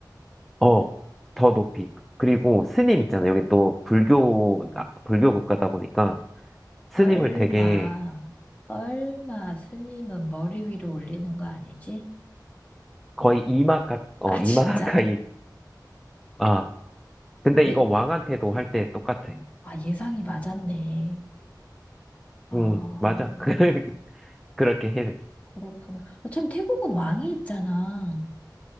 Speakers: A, in the centre; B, on the left.
A: 어, 더 높이. 그리고 스님 있잖아. 요 여기 또 불교, 나- 불교 국가다 보니까 스님을
B: 설마,
A: 되게
B: 설마 스님은 머리 위로 올리는 거 아니지?
A: 거의 이마 가, 어,
B: 아,
A: 이마
B: <laughs>
A: 가까이,
B: 진짜?
A: 아, 근데
B: 예,
A: 이거 왕한테도 할 때 똑같아.
B: 아, 예상이 맞았네. 아,
A: 응, 맞아. <laughs> 그, 그렇게 해.
B: 그렇구나. 아, 참, 태국은 왕이 있잖아.